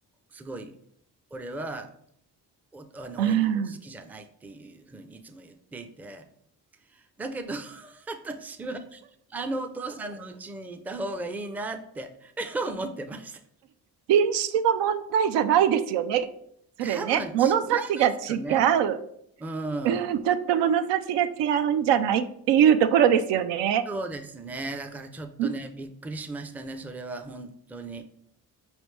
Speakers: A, in the centre; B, on the right.
A: すごい、俺は、お、あの、
B: うん。
A: 親父が好きじゃないっていうふうにいつも言っていて、だけど <laughs> 私は、あのお父さんの家にいた方がいいなって <laughs> 思ってました。
B: 品種の問題じゃないですよね。それね。
A: 多分違いま
B: 物差しが違う。
A: すよね。うん。
B: うん、ちょっと物差しが違うんじゃないっていうところですよね。
A: そうですね。だからちょっとね、
B: うん。
A: びっくりしましたね、それは本当に。